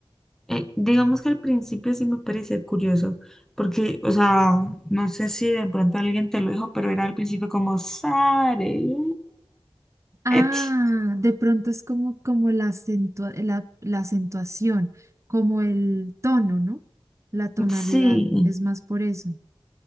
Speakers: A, in the centre; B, on the right.
A: Eh, digamos que al principio sí me parecía curioso, porque, o sea, no sé si de pronto alguien te lo dijo, pero era al principio como Sare.
B: Ah,
A: Ech,
B: de pronto es como, como la, accentua- la, la acentuación, como el tono, ¿no? La tonalidad,
A: Sí.
B: es más por eso.